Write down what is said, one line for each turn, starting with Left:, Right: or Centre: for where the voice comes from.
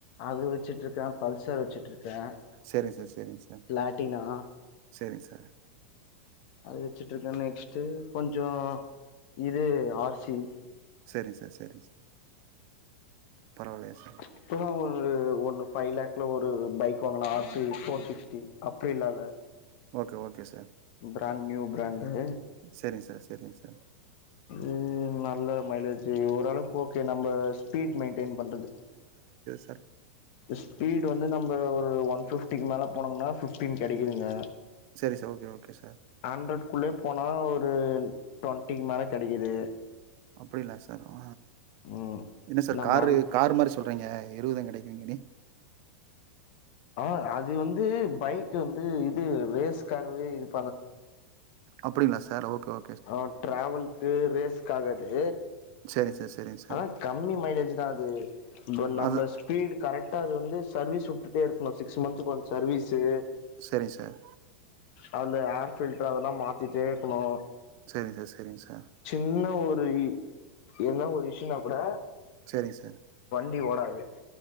Left: அது வச்சுட்ருக்கே பல்சர் வச்சுட்ருக்கே
Right: சரிங்க சார்
Left: பிளாட்டினா
Right: சரிங்க சார் சரிங்க சார்
Left: அது வச்சுட்ருக்கேன் நெக்ஸ்டு கொஞ்ச இது ஆர் சி
Right: செரிங் சார் செரிங் சார் பரவாயில்லையா சார்
Left: இப்பதா ஒரு ஒன்னு ஃபைவ் லாக்ல ஒரு பைக் வாங்கனார் போர் சிக்ஸ்டி அப்பேல்லால்ல
Right: okay okay sir
Left: brand new brand
Right: சரிங் சார் சரிங் சார்
Left: ம் நல்ல மைலேஜி ஓரளவுக்கு ஓகே நம்ம ஸ்பீட் மெயின்டெயின் பண்றது
Right: ர்
Left: ஸ்பீட் வந்து நம்ப ஒரு ஒன் ஃபிப்டிக்கு மேல போனுங்கன்னா ஃபிப்டீன் கெடைக்குதுங்க
Right: சரி சார் ஓகே ஓகே சார்
Left: ஹண்ட்ரட்குள்ளே போனா ஒரு ன் ட்வென்டிக்கு மேல கெடைக்குது
Right: அப்டிங்லா சார் ஆ
Left: ம்
Right: என்ன சார்
Left: நம்ம
Right: காரு
Left: அன்
Right: கார் மாரி சொல்றீங்க இருவது கெடைக்குங்க நீ
Left: ஆ அது வந்து பைக் வந்து இது ரேஸ்காகவே இதுப்
Right: அப்டிங்களா சார் ஓக்கே ஓ
Left: ஆ ட்ராவல்க்கு ரேஸ்க்காக அது
Right: சரிங்க சார் சரிங்க சார்
Left: அதா கம்மி மைலேஜ்லதா அது இப்ப நம்ம
Right: அது
Left: ஸ்பீட் கரெக்டா அது வந்து சர்வீஸ் உட்டுட் டே இருக்கணு சிக்ஸ் மந்துக்கு ஒன்ஸ் சர்வீஸு
Right: சரி சார்
Left: அதுல ஹேர் பில்டர் அதெல்லா மாத்திட்டே இருக்கணு
Right: சரிங் சார் சரிங்க சார்
Left: சின்ன ஒரு என்னா ஒரு இஷ்யூன்னாக் கூட
Right: சரிங் சார்
Left: டி ஓடாது